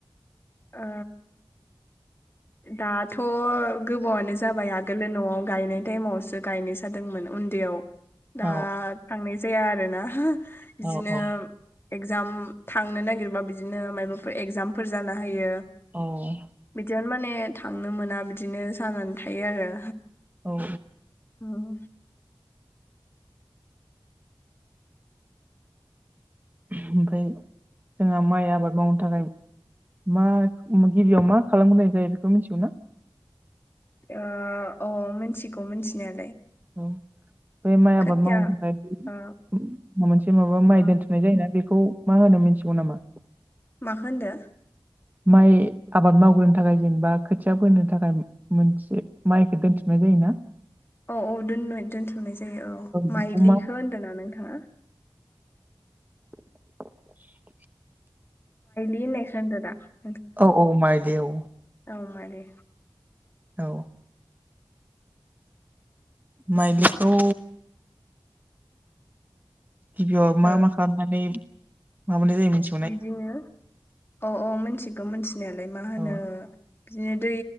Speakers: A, on the left; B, on the right.
A: ओ
B: <inaudible>
A: दाथ गोबावनो जाबाय आगोल न'आव गायनाय टाइमावसो गायनो जादोंमोन उन्दैयाव दा
B: औ
A: थांनाय जाया आरोना बिदिनो
B: औ औ
A: एगजाम थांनो नागिरबा बिदिनो मायाबाफोर एगजामफोर जाना होयो
B: औ औ
A: बिदिनो माने थांनो मोना बिदिनो जानानै थायो आरो
B: औ औ
A: उम
B: ओमफ्राय जोंहा माइ आबाद मावनो थाखाय मा गिबियाव मा खालामग्रोनाय जायो बेखौ मिथिगौना
A: अ अ मिथिगौ मिथिनायालाय
B: औ बे माइ आबाद
A: खोथिया
B: मावनो थाखाय माबा
A: ओ
B: मोनसे माबा माइ
A: ओ
B: दोनथ ननाय जायोना बेखौ मा होनो मिथिगौ नामा
A: माखौ होन्दों
B: माइ आबाद मावग्रोनो थाखाय जेनेबा खोथिया फोनो थाखाय मोनसे माइखौ दोनथुमनाय जायोना
A: औ औ दोन दोन्थुमनाय जायो औ
B: बेखौ
A: माइलिखौ
B: मा
A: होन्दों ना नोंथाङा
B: <inaudible>
A: बिदि होननाय खोनादों आरोना
B: औ औ माइदि औ
A: औ माने
B: औ माइलिखौ गिबियाव मा
A: ओ
B: मा खालामनानै माबानाय जायो मोनसे
A: बिदिनो अ औ मोनथिगौ मोनथिनायालाय मा होनो
B: औ
A: बिदिनो दै